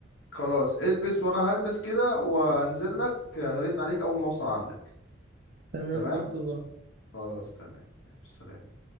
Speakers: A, on the left; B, on the right.
A: خلاص البس وأنا هلبس كده وهنزل لك آه، هرن عليك أول ما أوصل عندك
B: تمام
A: تمام
B: في انتظار
A: خلاص تمام ماشي، سلام